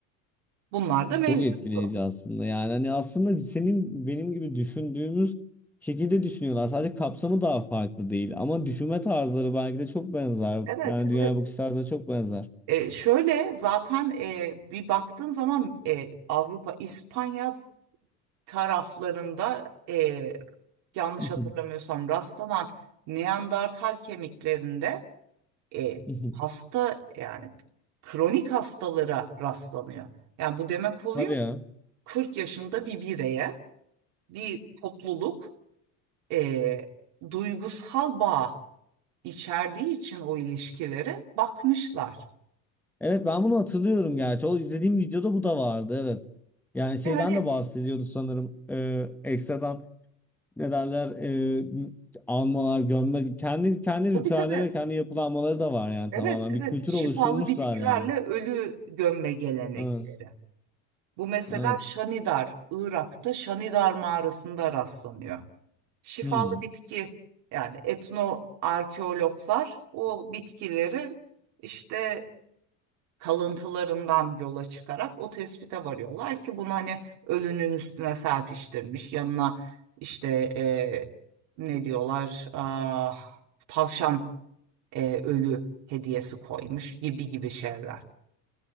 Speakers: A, on the right (about 75°); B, in the centre.
A: Bunlar da mevcuttu.
B: Çok etkileyici aslında. Yani hani aslında senin benim gibi düşündüğümüz şekilde düşünüyorlar. Sadece kapsamı daha farklı değil. Ama düşünme tarzları belki de çok benzer.
A: Evet,
B: Yani dünyaya
A: evet.
B: bakış tarzları çok benzer.
A: E, şöyle zaten e, bir baktığın zaman e, Avrupa, İspanya taraflarında e, yanlış
B: Mhm,
A: hatırlamıyorsam rastlanan Neandertal kemiklerinde e,
B: mhm.
A: hasta yani kronik hastalara rastlanıyor. Yani bu demek oluyor
B: Hadi ya.
A: ki 40 yaşında bir bireye bir topluluk e, duygusal bağ içerdiği için o ilişkilere bakmışlar.
B: Evet ben bunu hatırlıyorum gerçi. O izlediğim videoda bu da vardı evet. Yani şeyden
A: E hani
B: de bahsediyordu sanırım. Ee, ekstradan ne derler ee, almalar, gömme kendi kendi
A: tabii
B: ritüelleri
A: tabii.
B: ve kendi yapılanmaları da var yani
A: Evet,
B: tamamen.
A: evet.
B: Bir kültür
A: Şifalı
B: oluşturmuşlar
A: bitkilerle
B: yani.
A: ölü gömme gelenekleri.
B: Evet.
A: Bu mesela
B: Evet.
A: Şanidar, Irak'ta Şanidar mağarasında rastlanıyor. Şifalı
B: Hmm.
A: bitki yani etno arkeologlar o bitkilerin işte kalıntılarından yola çıkarak o tespite varıyorlar ki bunu hani ölünün üstüne serpiştirmiş yanına işte e, ne diyorlar ah, tavşan e, ölü hediyesi koymuş gibi gibi şeyler.